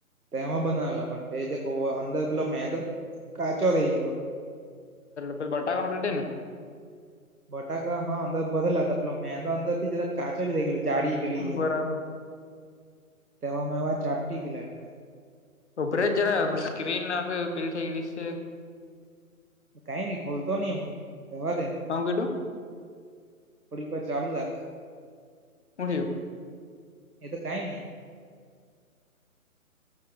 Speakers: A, on the right; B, on the left.
A: તેમાં બનાવેલા પણ તે જે કહો અંદર પેલો મેંદો કાચો રહી ગયેલો
B: પ પ બટા કણકીે ને <inaudible>
A: બટાકા હા અંદર ભરેલા હતા પેલા મેંદા અંદર થી જરાક કાચો જ રઈ ગેલો જાડી પેલી
B: બરાબર.
A: તેવા મેવા જાપટી ગેલા ના.
B: ઉપરે જરા સ્ક્રીન ને આપે પીલી થઈ ગી છે.
A: કઈ નઈ ખોલતો નહી રેવા દે.
B: આવ કિધુ.
A: થોડીક વાર ચાલુ રાખ.
B: હું થિયુ.
A: એ તો કઈ નહી.